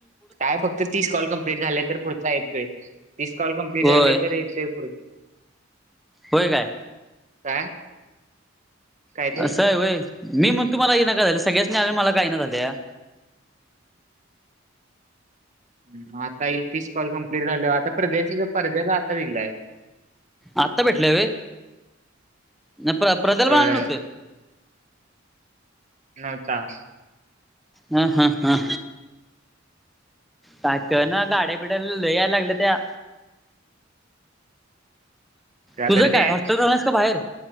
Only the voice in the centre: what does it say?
होय.
होय काय?
अस आहे व्हय. मी म्हणतो मला येईना का झाले, सगळ्यासनी आले अन् मला का येईना झाल्या.
आत्ता भेटलाय व्हय, नई परध्याला
पण आलं न्हवत?
हा हा हा. काय कळना, गाड्या बिड्या लय याय लागल्यात्या. तुझं
काय,
हॉस्टेलला राहनार हाईस का बाहेर?